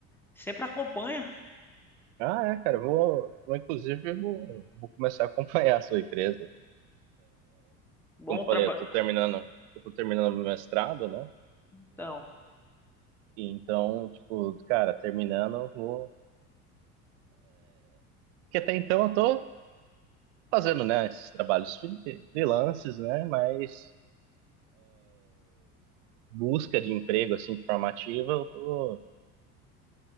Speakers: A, in the centre; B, on the right.
A: sempre acompanha.
B: Ah, é, cara, eu vou, vou inclusive eu vou, vou começar a acompanhar a sua empresa.
A: Bom
B: Como eu
A: trabalho.
B: falei, eu tô terminando, eu tô terminando meu mestrado, né?
A: Então,
B: E então, tipo, cara, terminando, eu vou. Que até então eu tô fazendo, né, esses trabalhos fre- freelances, né, mas busca de emprego, assim, de forma ativa, eu tô,